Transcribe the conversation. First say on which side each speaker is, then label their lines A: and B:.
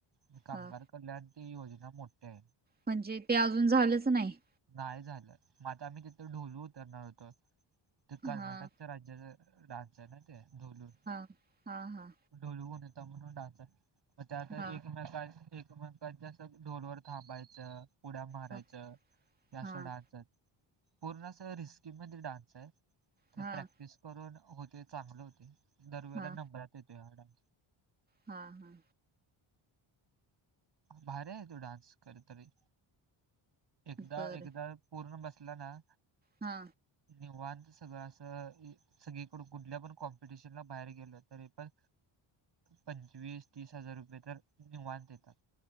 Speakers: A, on the right; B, on the right.
A: मं कामगार
B: हा
A: कल्याणची योजना मोठी हाय.
B: म्हणजे ते अजून झालंच नाही.
A: नाही झालं म आता आम्ही तिथं ढोलू उतरणार होतो ते कर्नाटकच्या
B: हा
A: राज्याच डान्स नं ते डोलू
B: हा हा हा
A: ढोलुगणता म्हणून डान्स आहे म त्या आत एक
B: हा
A: म काय एक मंथ मेकांच्या अस ढोलवर थांबायचं उड्या मारायचं
B: हा
A: या असं
B: हा
A: डान्स येत. पूर्ण अस रिस्की मध्ये डान्स हाय तर
B: हा
A: प्रॅक्टिस करून होते चांगले होते दरवेळेला
B: हा
A: नंबरात येतोय हा डान्स.
B: हा हा
A: भारी आहे तो डान्स कर तरी एकदा
B: बरं
A: एकदा पूर्ण बसला ना
B: हा
A: निवांत सगळं असं इ सगळीकडून कुठल्या पण कॉम्पिटिशन ला बाहेर गेल तरी पण पंचवीस तीस हजार रुपये तर निवांत येतात.